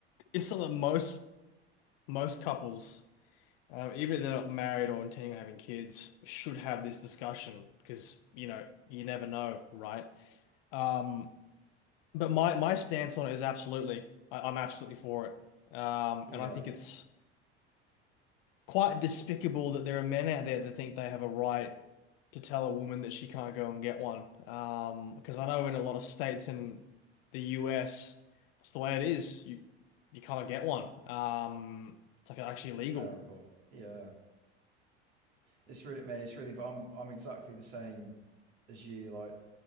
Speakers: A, on the left; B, on the right.
A: is something that most most couples, um, even if they're not married or intending on having kids, should have this discussion because you know you never know, right? Um, but my my stance on it is absolutely, I, I'm absolutely for it. Um,
B: Yeah,
A: and I think it's. quite despicable that there are men out there that think they have a right to tell a woman that she can't go and get one. Um, because I know in a lot of states in the US, it's the way it is. You you can't get one. Um, it's like
B: it's
A: actually illegal.
B: terrible. Yeah, it's really me. It's really, but I'm I'm exactly the same as you. Like,